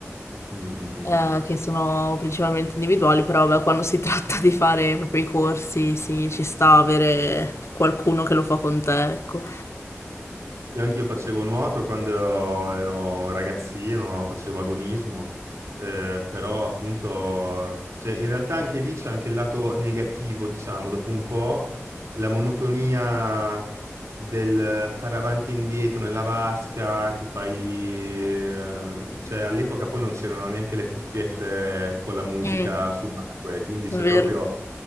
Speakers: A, on the right; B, on the left.
A: mm, mm, mm,
B: eh,
A: mm, mm.
B: che sono principalmente individuali, però vabbè, quando si <laughs> tratta di fare proprio i corsi, sì, ci sta avere qualcuno che lo fa con te, ecco.
A: Mm. Io anch'io facevo nuoto quando ero ragazzino, facevo agonismo, eh, però appunto, cioè, in realtà anche lì c'è anche il lato negativo, diciamo, dopo un po' la monotonia del fare avanti e indietro nella vasca, ti fai... eh, cioè all'epoca poi non c'erano neanche le cuffiette con la musica
B: Mm,
A: subacquea, quindi
B: è
A: c'è
B: vero.
A: proprio